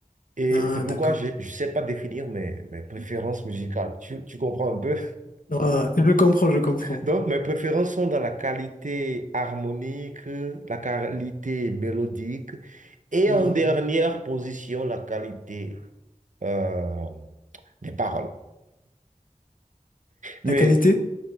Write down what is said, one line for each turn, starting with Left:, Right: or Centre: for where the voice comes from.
Right: Et
Left: Ah,
Right: c'est pourquoi
Left: d'accord.
Right: je ne sais pas définir mes, mes préférences musicales. Tu, tu comprends un peu?
Left: Ah, je comprends, je comprends.
Right: <laughs> Donc, mes préférences sont dans la qualité harmonique, la qualité mélodique Et
Left: Mhm.
Right: en dernière position, la qualité euh, des paroles. Mais
Left: La qualité?